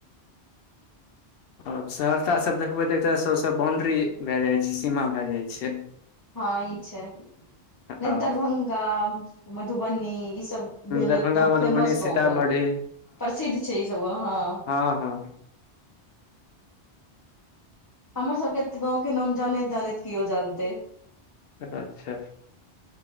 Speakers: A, on the left; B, on the left.
A: अब सहरसा सब देखबै तऽ एक तरह से उ सब बाउंड्री भाए जाय छै, सीमा भाए जाय छै।
B: हां ई छै
A: हँ
B: नै दरभंगा, मधुबनी ई सब भेल
A: दरभंगा
B: एकदम
A: मधुबनी
B: फेमस
A: सीतामढ़ी
B: गाँव भेलै, प्रसिद्ध छै ई सब गांव हां।
A: हां-हां।
B: हमर सबके गाँंव के नाम जानैत- जानैत केओ जानते।
A: एतऽ छैत।